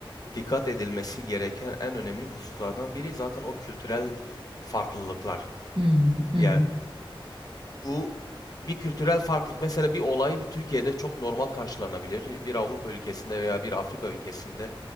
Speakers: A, on the left; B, on the right.
A: dikkat edilmesi gereken en önemli hususlardan biri zaten o kültürel farklılıklar.
B: Hı hı. Hı
A: Yani
B: hı.
A: bu bir kültürel farklılık mesela bir olay bir Türkiye'de çok normal karşılanabilir. Bir Avrupa ülkesinde veya bir Afrika ülkesinde